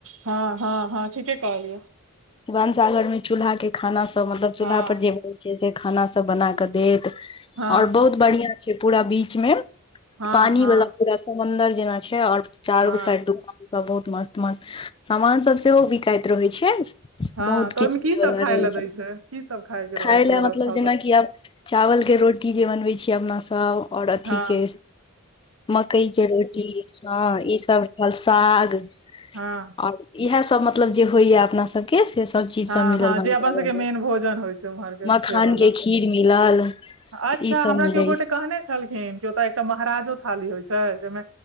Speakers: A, on the right; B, on the left.
A: हँ हँ हँ ठीके कहलियौ
B: वानंसागर मे चूल्हा के खाना सब मतलब चूल्हा
A: हँ
B: पर जे जे छै से खाना सभ बना कऽ देत
A: हँ
B: और बहुत बढ़िया छै पूरा बीच मे
A: हँ
B: पानी
A: हँ
B: वाला पूरा समनदर जेना छै और चारू
A: हँ
B: साइ दुकान सब बहुत मस्त मस्त सामान सब सेहो बिकाइत रहै छै
A: हँ
B: बहुत
A: तऽ
B: किच
A: ओहिमे की
B: ले
A: सब
B: वला
A: खाय
B: रहै
A: लए दै
B: छै
A: की सब खाय के
B: खााय
A: रहै छै
B: ल
A: व्यवस्था
B: मतलब जेनाकि
A: तऽ
B: आब चावलके रोटी जे बनबैत छी अपनासब ओर अथीक
A: हँ
B: के मकई के रोटी हँ ई सब साग
A: हँ
B: और इएह सब मतलब जे होइया अपना सबके से सब चीज
A: हँ
B: सब मिलल
A: हँ जे
B: भनसाघर
A: अपन सभके
B: मे
A: मेन भोजन होइ छै उम्हरके
B: मखान
A: सेवाला
B: के खीर मिलल
A: अच्छा
B: ई सब
A: हमरा
B: मिलै
A: केओ गोटे
B: छै
A: कहने छलखिन कि ओतय एकटा महाराजो थाली होइत छै जहिमे